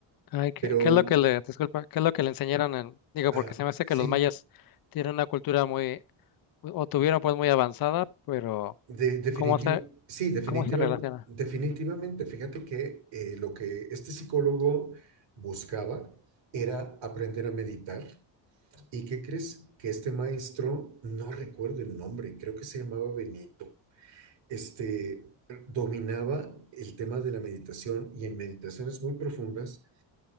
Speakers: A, on the left (about 50°); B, on the right (about 75°).
A: Ay, ¿qué,
B: Pero
A: qué es lo que le, disculpa, qué es lo que le enseñaron en, digo,
B: ah,
A: porque se me hace
B: sí,
A: que los mayas tienen una cultura muy, o tuvieron pues muy avanzada, pero
B: de, definitiva,
A: ¿cómo se,
B: sí, definitiva,
A: cómo se relaciona?
B: definitivamente. Fíjate que eh, lo que este psicólogo buscaba era aprender a meditar. ¿Y qué crees? Que este maestro, no recuerdo el nombre, creo que se llamaba Benito este, dominaba el tema de la meditación y en meditaciones muy profundas